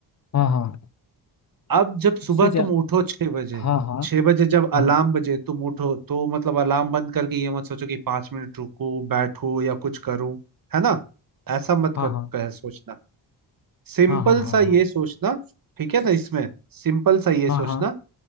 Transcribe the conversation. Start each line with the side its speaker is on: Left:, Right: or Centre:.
Left: हाँ हाँ
Right: अब जब सुबह
Left: उससे जा
Right: तुम उठो छह बजे
Left: हाँ हाँ
Right: छह बजे जब अलार्म
Left: हाँ
Right: बजे तुम उठो तो मतलब अलार्म बंद करके ये मत सोचो कि पांच मिनट रुकूं बैठूं या कुछ करूं है ना ऐसा मत
Left: हाँ
Right: कर, कह
Left: हाँ
Right: सोचना सिंपल
Left: हाँ हाँ
Right: सा
Left: हाँ
Right: ये सोचना ठीक है ना इसमें सिंपल सा ये
Left: हाँ
Right: सोचना
Left: हाँ हाँ